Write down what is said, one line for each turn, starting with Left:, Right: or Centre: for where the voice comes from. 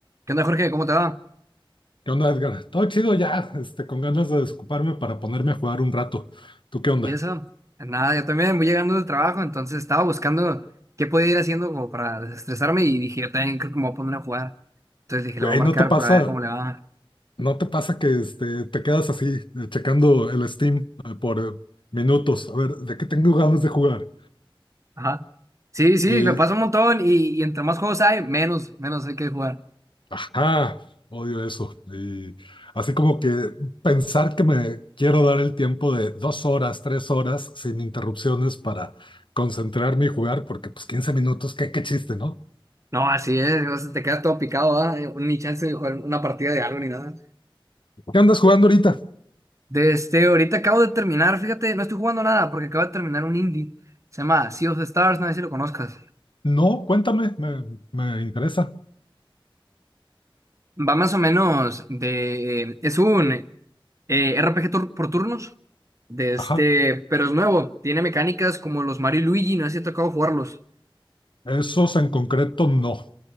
Right: ¿Qué onda, Jorge? ¿Cómo te va?
Left: ¿Qué onda, Edgar? Todo chido ya, este, con ganas de desocuparme para ponerme a jugar un rato. ¿Tú qué onda?
Right: ¿Y eso? Nada, yo también voy llegando del trabajo, entonces estaba buscando qué podía ir haciendo como para desestresarme y dije, yo también creo que me voy a poner a jugar. Entonces dije,
Left: Güey,
Right: le voy a marcar
Left: ¿no te pasa,
Right: para ver cómo le va.
Left: no te pasa que este, te quedas así, eh, checando el Steam eh, por eh, minutos? A ver, ¿de qué tengo ganas de jugar?
Right: Ajá. Sí, sí,
Left: Y,
Right: me pasa un montón y, y entre más juegos hay, menos, menos hay que jugar.
Left: ajá, odio eso. Y así como que pensar que me quiero dar el tiempo de dos horas, tres horas, sin interrupciones para concentrarme y jugar, porque pues 15 minutos, qué, qué chiste, ¿no?
Right: No, así es, o sea, te quedas todo picado, ¿ah? Eh, Ni chance de jugar una partida de algo ni nada.
Left: ¿Qué andas jugando ahorita?
Right: Desde ahorita acabo de terminar, fíjate, no estoy jugando nada porque acabo de terminar un indie. Se llama Sea of the Stars, no sé si lo conozcas.
Left: No, cuéntame, me, me interesa.
Right: Va más o menos de... Es un eh, RPG tur- por turnos, de este,
Left: Ajá.
Right: pero es nuevo. Tiene mecánicas como los Mario y Luigi, no sé si te tocado jugarlos.
Left: Esos en concreto no.